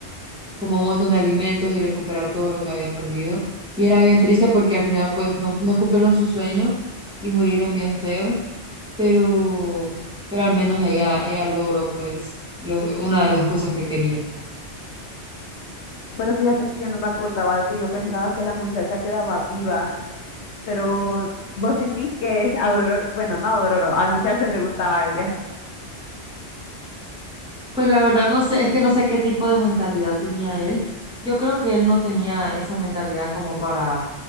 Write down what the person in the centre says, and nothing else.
como un montón de alimentos y recuperar todo lo que habían perdido. Y era bien triste porque al final pues no, no cumplieron su sueño y murieron bien feo pero, pero al menos ella, ella logró pues lo- una de las cosas que quería.
Pues la verdad no sé, es que no sé qué tipo de mentalidad tenía él. Yo creo que él no tenía esa mentalidad como para